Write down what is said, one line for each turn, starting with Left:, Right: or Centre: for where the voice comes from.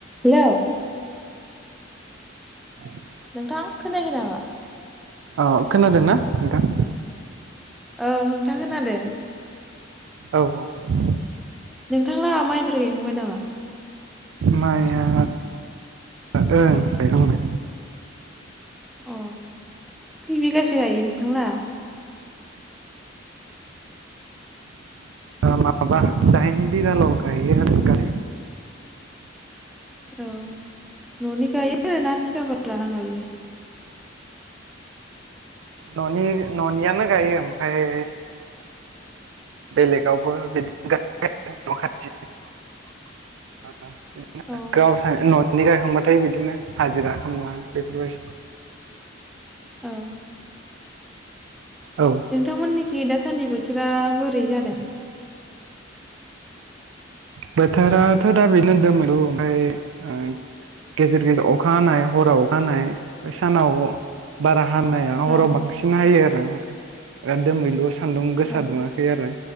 Centre: हेलौ
Right: <inaudible>
Centre: नोंथां खोनायाखै नामा?
Right: औ खोनादोंना नोंथां?
Centre: औ नोंथां खोनादों।
Right: औ औ।
Centre: नोंथांलाहा माइफोर गायखांबाय नामा
Right: माया ओ गायखांबाय
Centre: अ खै बिगासे गायो नोंथांलाहा
Right: माबा दाइन बिघाल गायो आरो गारि
Centre: औ न'नि गायो ना थिखाफोर लाना गायो
Right: न'नि न'नियानो गायो ओमफ्राय बेलेगावबो बिदिनो खाथि <unintelligible> <unintelligible>
Centre: औ
Right: गावस्रानि न'नि गायखांबा थाय बिदिनो हाजिरा खालामलाङो बेफोरबाय
Centre: औ
Right: औ
Centre: नोंथांमोननिखि दा सान्दि बोथोरा बोरै जादों
Right: बोथोराथ' दा बेनो दोमैलु ओमफ्राय ओ गेजेर गेजेर अखा हानाय हराव अखा हानाय सानाव बारा हानाया
Centre: औ
Right: हराव बांसिन हायो आरो दोमैलु सान्दुं गोसा
Centre: औ
Right: दुङाखै आरो